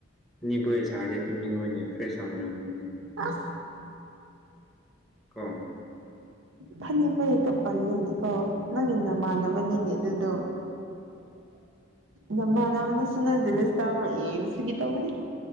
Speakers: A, in the centre; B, on the right.
A: ꯅꯤꯕ ꯍꯣꯏ ꯁꯥꯔꯗꯤ ꯇꯨꯝꯅꯤꯡꯣꯏꯅꯦ ꯐ꯭ꯔꯦꯁ ꯌꯥꯝ ꯑꯣꯏꯔꯝꯅꯤꯅꯦ
B: ꯑꯥ
A: ꯀꯣ
B: ꯐꯅꯤꯕ ꯍꯦꯛꯇ ꯄꯜꯂꯤꯅꯦꯀꯣ ꯅꯪꯒꯤ ꯅꯃꯥꯟꯅꯕꯅꯤꯅꯦ ꯑꯗꯨꯗꯣ ꯅꯃꯥꯟꯅꯕꯅꯁꯨ ꯅꯪ ꯖꯦꯂꯁ ꯏꯁ ꯐꯒꯤ ꯇꯧꯕꯅꯤ